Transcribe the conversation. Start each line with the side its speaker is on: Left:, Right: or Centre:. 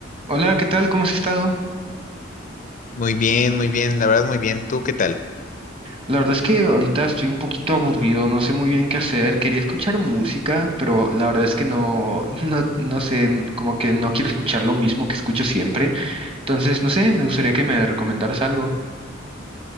Right: Hola, ¿qué tal? ¿Cómo has estado?
Left: Muy bien, muy bien, la verdad muy bien. ¿Tú qué tal?
Right: La verdad es que ahorita estoy un poquito aburrido, no sé muy bien qué hacer. Quería escuchar música, pero la verdad es que no, <laughs> no, no sé, n- como que no quiero escuchar lo mismo que escucho siempre. Entonces, no sé, me gustaría que me recomendaras algo.